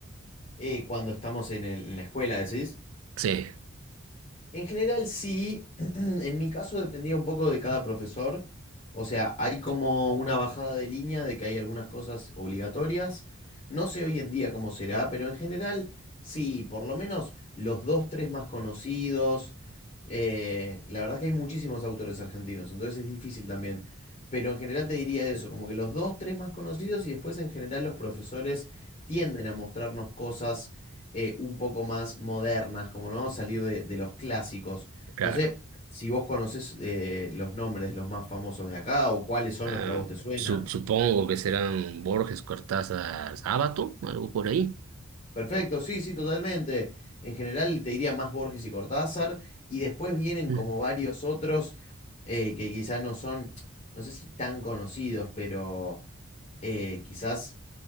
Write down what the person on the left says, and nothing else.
Eh, cuando estamos en el- en la escuela, ¿decís?
En general sí, <clears throat> en mi caso dependía un poco de cada profesor. O sea, hay como una bajada de línea de que hay algunas cosas obligatorias. No sé hoy en día cómo será, pero en general sí, por lo menos los dos, tres más conocidos. Eh, la verdad es que hay muchísimos autores argentinos, entonces es difícil también. Pero en general te diría Sí. eso, como que los dos, tres más conocidos y después en general los profesores tienden a mostrarnos cosas eh, un poco más modernas, como no salir de, de los clásicos.
No sé si vos conocés eh, los nombres de los más famosos de acá o cuáles son
los que a vos te suenan.
Perfecto, sí, sí, totalmente. En general te diría más Borges y Cortázar y después vienen
como varios otros eh, que quizás no son, no sé si tan conocidos, pero eh, quizás